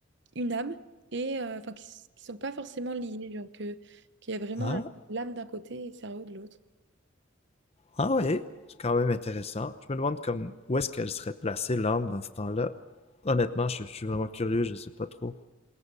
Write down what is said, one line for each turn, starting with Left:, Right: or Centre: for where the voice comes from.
Right: une âme et euh, enfin qui, s- qui sont pas forcément liées, genre que qu'il y a vraiment
Left: Ah,
Right: l'âme d'un côté et le cerveau de l'autre.
Left: ah ouais, c'est quand même intéressant. Je me demande comme où est-ce qu'elle serait placée l'âme dans ce temps-là. Honnêtement, je, je suis vraiment curieux, je sais pas trop.